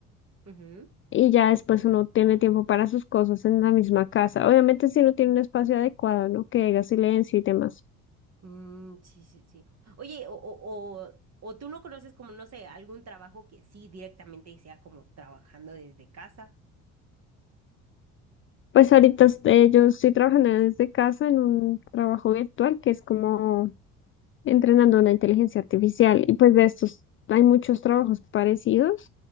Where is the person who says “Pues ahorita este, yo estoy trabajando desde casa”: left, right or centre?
Left